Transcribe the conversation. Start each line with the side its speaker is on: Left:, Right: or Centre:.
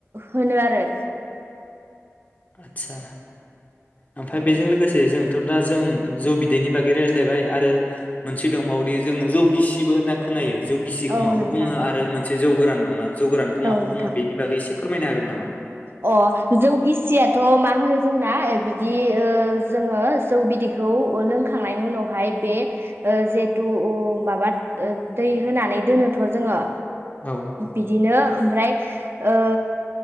Right: होनो आरो
Left: आतसा ओमफ्राय
Right: औ
Left: बेजों लोगोसे जों थ' दा जों जौ बिदैनि बागै रायज्लायबाय आरो मोनसे दंबावदि जों जौ गिसिबो होनना खोनायो जौ गिसिखौ
Right: औ
Left: माखौ
Right: नोंथां
Left: बुङो आरो एसे जौ गोरान दंना? जौ गोरानखौ
Right: औ
Left: माखौ
Right: नोंथां
Left: बुंङो बेनि बागै एसे फोरमायनो हागोन नामा?
Right: अ जौ गिसियाथ' मा होनो जोंना बिदि ओ जोंङो जौ बिदैखौ लोंखांनायनि उनावहाय बे जेहेथु माबा दै होनानै दोनोथ' जोंङो
Left: औ
Right: बिदिनो ओमफ्राय ओ